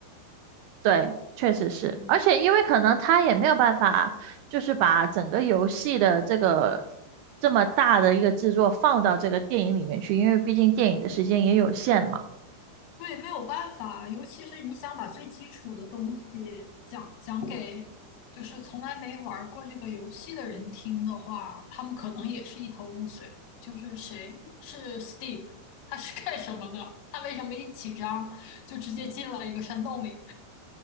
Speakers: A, on the right; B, on the left.
A: 对，确实是，
B: <laughs> 嗯。
A: 而且因为可能他也没有办法，就是把整个游戏的这个这么大的一个制作放到这个电影里面去，因为毕竟电影的时间也有限嘛。
B: 对，没有办法，尤其是你想把最基础的东西讲讲给就是从来没玩儿过这个游戏的人听的话，他们可能也是一头雾水。就是谁是 Steve，他是干什么的？他为什么一起张就直接进了一个山洞里？